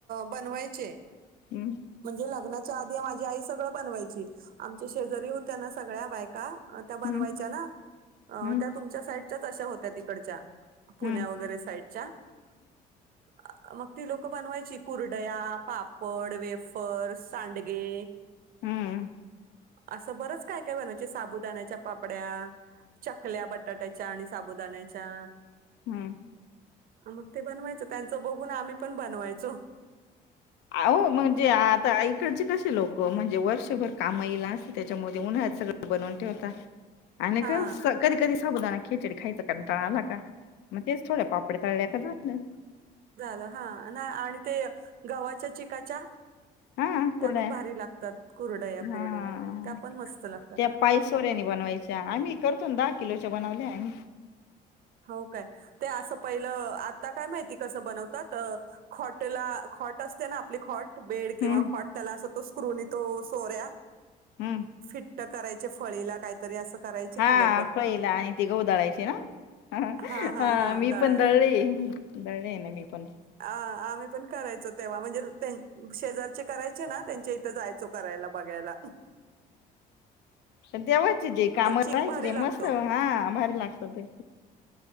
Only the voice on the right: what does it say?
बनवायचे
म्हणजे लग्नाच्या आधी माझी आई सगळं बनवायची. आमच्या शेजारी होत्या ना, सगळ्या बायका त्या बनवायच्या,
ना
त्या तुमच्या साईडच्याच अशा होत्या तिकडच्या पुण्या
वगैरे साईडच्या. <inaudible> मग ती लोक बनवायची कुर्डया, पापड, वेफर्स, सांडगे,
असं बरच काय काय? बनवायचे साबुदाण्याच्या पापड्या, चकल्या, बटाट्याच्या, आणि साबुदाण्याच्या,
मग ते बनवायचं त्यांचं बघून आम्ही पण बनवायचो
हां.
झालं हां. ना आणि ते गव्हाच्या चिकाच्या
त्या पण भारी लागतात कुरडया कुरडया.
त्या पण मस्त लागतात.
हो काय? ते असं पहिलं आता काय माहिती कस बनवतात अ ख्वाटला ख्वाट असते ना आपली ख्वाट बेड किंवा
ख्वाट त्याला आस स्क्रू न सोऱ्या
फिट करायचे फळीला काहीतरी असं करायचे
ती लोक
हा हा हा
दळायला
अ आम्ही पण करायचो तेव्हा म्हणजे त्यां शेजारचे करायचे ना त्यांच्या इथं जायचो करायला बघायला.
तो
चीक भारी
लागतो